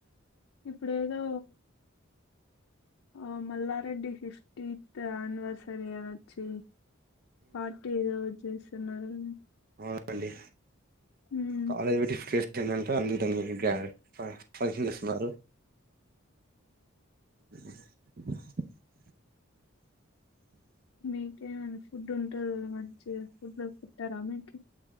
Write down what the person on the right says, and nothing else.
మడి
కాలేజ వెటిఫే టంటే అల్ందుదాని పైక్షన్కస్తున్నారు ఆ <unintelligible>